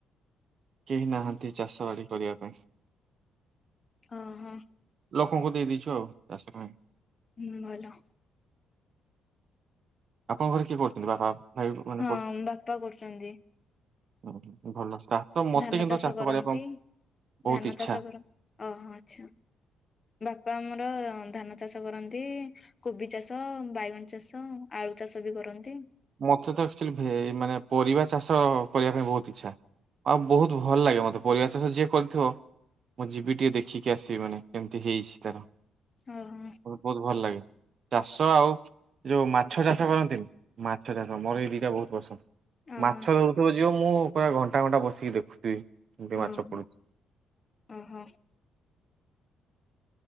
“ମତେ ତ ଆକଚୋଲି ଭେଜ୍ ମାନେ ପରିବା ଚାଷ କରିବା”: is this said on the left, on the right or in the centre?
Right